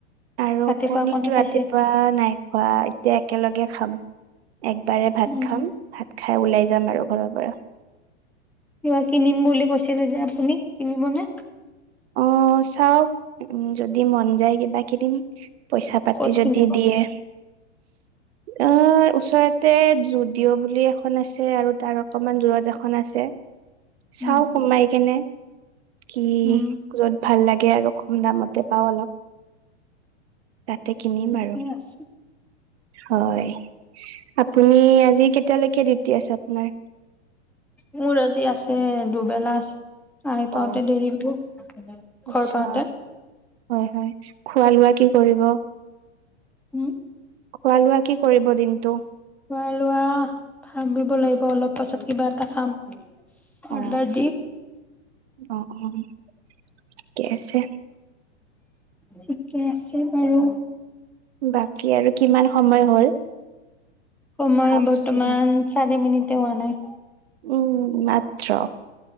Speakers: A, on the right (about 65°); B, in the centre.
A: আৰু
B: ৰাতিপুৱা
A: কণীতো
B: কণী
A: ৰাতিপুৱাও
B: খাইছে।
A: নাই হয় দে একেলগে খাম একবাৰে ভাত
B: উম,
A: খাম ভাত খাই ওলাই যাম আৰু ঘৰৰ পৰা
B: কিবা কিনিম বুলি কৈছিলে যে আপুনি কিনিবনে?
A: অ চাওক যদি মন যায় কিবা কিনিম পইচা পাতি
B: ক'ত
A: যদি
B: কিনিব?
A: দিয়ে। অ ওচৰতে যুদিঅ' বুলি এখন আছে আৰু তাৰ অকমান দূৰত এখন আছে। চাওঁ
B: উম।
A: সোমাই কেনে কি
B: উম।
A: যত ভাল লাগে আৰু কম দামতে পাওঁ অলপ তাতে কিনিম আৰু
B: ঠিকে আছে,
A: হয় আপুনি আজি কেতিয়ালৈকে ডিউটি আছে আপোনাৰ
B: মোৰ আজি আছে দুবেলা আছে। আহি পাওঁতে
A: অ
B: দেৰি হ ব
A: আচ্ছা
B: ঘৰ পাওঁতে
A: হয়, হয় খোৱা লোৱা কি কৰিব?
B: উম,
A: খোৱা লোৱা কি কৰিব দিনটো
B: খোৱা লোৱা ভাবিব লাগিব অলপ পাছত কিবা এটা খাম অৰ্ডাৰ
A: অ
B: দি
A: অ অ ঠিকে আছে।
B: ঠিকে আছে বাৰু।
A: বাকী আৰু কিমান সময় হ'ল?
B: সময়
A: চাওকচোন
B: বৰ্তমান চাৰি মিনিট তেওঁ মানে
A: উম মাত্ৰ।